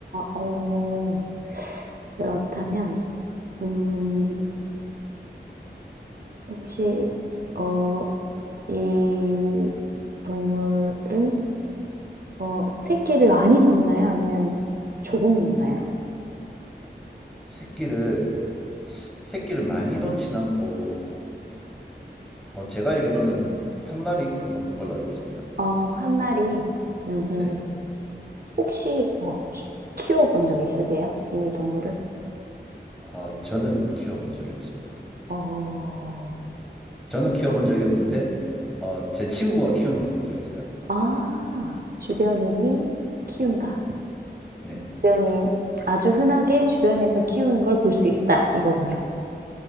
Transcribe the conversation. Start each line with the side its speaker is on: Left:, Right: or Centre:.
Right: 어, 그렇다면, 음, 혹시, 어, 이 동물은, 어, 새끼를 많이 낳나요? 아니면 조금 낳나요?
Centre: 새끼를, 새끼를 많이 놓진 않고, 어, 제가 알기로는 한 마리 놓는 걸로 알고 있습니다.
Right: 어, 한 마리. 음,
Centre: 네.
Right: 혹시, 어, 주- 키워본 적 있으세요? 이 동물을?
Centre: 아, 저는 키워본 적이 없습니다.
Right: 어,
Centre: 저는 키워본 적이 없는데, 어, 제 친구가 키우는 거 본 적 있어요.
Right: 아, 주변인이 키운다.
Centre: 네.
Right: 주변인, 아주 흔하게 주변에서 키우는 걸 볼 수 있다. 이거군요.